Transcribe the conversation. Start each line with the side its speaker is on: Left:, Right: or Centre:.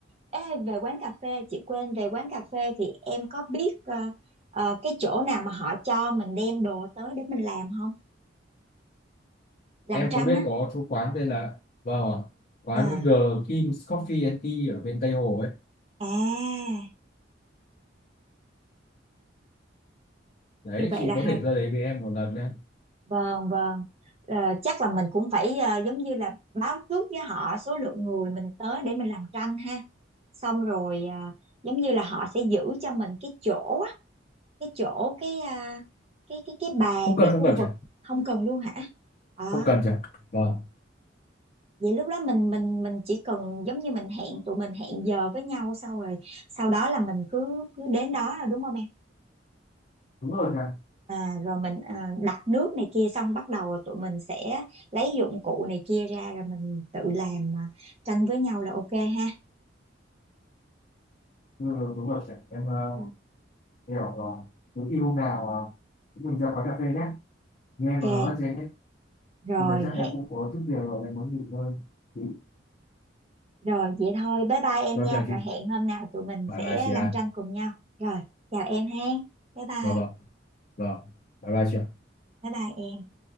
Right: ê, về quán cà phê chị quên về quán cà phê thì em có biết ờ, ờ, cái chỗ nào mà họ cho mình đem đồ tới để mình làm không làm
Left: em
Right: tranh
Left: có biết
Right: á
Left: có chỗ quán tên là vâng ạ, quán
Right: à,
Left: G Kim's Coffee and Tea ở bên Tây Hồ ấy
Right: à
Left: đấy
Right: như vậy
Left: chị
Right: là
Left: có
Right: hay
Left: thể ra đấy với em một lần nhé
Right: vâng vâng Ờ, chắc là mình cũng phải ờ, giống như là báo trước với họ số lượng người mình tới để mình làm tranh ha xong rồi ờ, giống như là họ sẽ giữ cho mình cái chỗ cái chỗ cái à, cái cái cái bàn
Left: không cần
Right: cái
Left: không
Right: khu
Left: cần
Right: vực
Left: chị ạ.
Right: không cần luôn hả à,
Left: không cần chị ạ vâng
Right: vậy lúc đó mình mình mình chỉ cần giống như mình hẹn tụi mình hẹn giờ với nhau sau rồi sau đó là mình cứ cứ đến đó rồi đúng không em
Left: đúng rồi cả
Right: à, rồi mình à, đặt nước này kia xong bắt đầu là tụi mình sẽ lấy dụng cụ này kia ra rồi mình tự làm à, tranh với nhau là ok ha
Left: ừ, đúng rồi đúng rồi chị ạ. em uh,
Right: Ờ,
Left: hiểu rồi nếu khi hôm nào ờ, chúng mình ra quán cà phê nhé nghe em
Right: ok
Left: nó nói là trên ấy
Right: rồi
Left: thì thật ra em
Right: hẹn
Left: cũng có chút việc rồi em muốn nghỉ ngơi thì
Right: rồi vậy thôi bye bye em
Left: vâng
Right: nha
Left: chào
Right: rồi
Left: chị
Right: hẹn hôm nào tụi mình
Left: bye
Right: sẽ
Left: bye chị
Right: làm
Left: ạ
Right: tranh cùng nhau rồi chào em ha bye bye
Left: vâng vâng vâng bye bye chị ạ.
Right: Bye bye em.